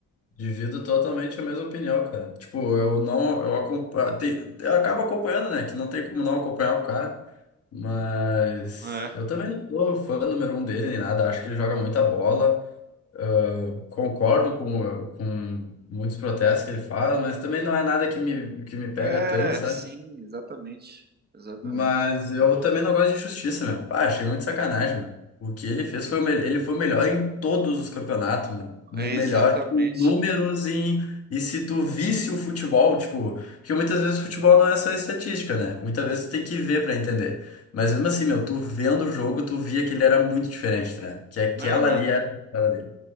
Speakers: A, on the left; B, on the right.
A: Divido totalmente a mesma opinião, cara. Tipo, eu não, eu acompanho, eu acabo acompanhando, né? Que não tem como não acompanhar o cara. Mas
B: É.
A: eu também não sou fã número um dele nem nada. Acho que ele joga muita bola. Ah, concordo com, com muitos protestos que ele faz, mas também não é nada que me, que me pega
B: É,
A: tanto, sabe?
B: sim, exatamente. Exatamente.
A: Mas eu também não gosto de injustiça, meu. Ah, achei muito sacanagem, meu. O que ele fez foi o melhor. Ele foi o melhor em todos os campeonatos, meu. O
B: É,
A: melhor
B: exatamente.
A: tipo, em números em- e se tu visse o futebol, tipo, porque muitas vezes o futebol não é só estatística, né? Muitas vezes tu tem que ver pra entender. Mas mesmo assim, meu, tu vendo o jogo, tu via que ele era muito diferente, tá ligado? Que aquela
B: Aham,
A: ali era a cara dele.